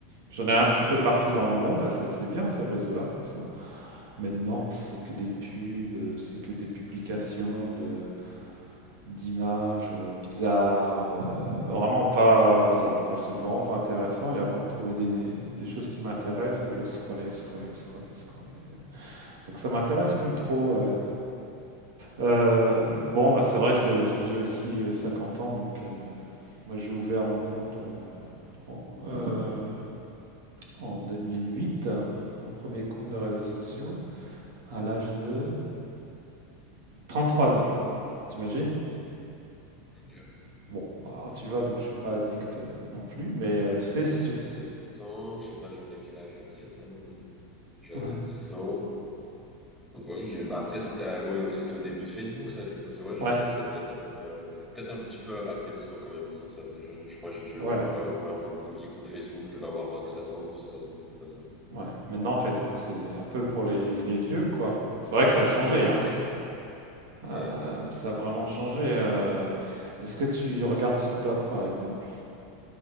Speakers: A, on the right; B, in the centre.
A: J'en ai un petit peu partout
B: Mhm.
A: dans le monde. Ah, c'est c'est bien ces réseaux-là pour ça. Maintenant, c'est que des pubs, euh, c'est que des publications de, d'images euh, bizarres, euh, vraiment pas bizarre, quoi. C'est vraiment pas intéressant. Et avant de trouver des, des- des choses qui m'intéressent, je dois scroller, scroller, scroller, scroller. Donc ça m'intéresse plus trop. ouais. Euh,
B: Mhm.
A: bon, bah, c'est vrai que j'ai aussi euh, 50 ans, donc euh, moi j'ai ouvert mon compte euh, en, euh, en 2008, hein, mon premier compte de réseaux sociaux, à l'âge de 33 ans, t'imagines?
B: Ok.
A: Bon, bah, alors tu vois, donc je suis pas addict, heu, non plus, mais heu, tu sais,
B: Ouais,
A: si
B: il
A: tu
B: y a dix
A: te
B: sept ans, je sais pas, j'avais quel âge à sept ans. euh. J'avais
A: ouais,
B: 10 ans. Donc, ouais, j'ai- bah, après, c'était à- ouais, ouais, c'était au début de Facebook, ça, du coup, ouais, je-
A: ouais,
B: ça devait être à peu près, euh, peut-être un petit peu après 10 ans, quand même. dix ans, ça faisait jeune. Je crois que j'ai dû
A: ouais,
B: ouvrir, ouvrir mon premier compte Facebook. Je devais avoir euh, 13 ans, 12 13 ans, un truc comme ça.
A: ouais. Maintenant, Facebook, c'est un peu pour les les vieux, quoi. C'est vrai que ça a changé, hein.
B: Ouais.
A: Heu,
B: Ouais.
A: ça a vraiment changé, heu, est-ce que tu regardes TikTok, par exemple?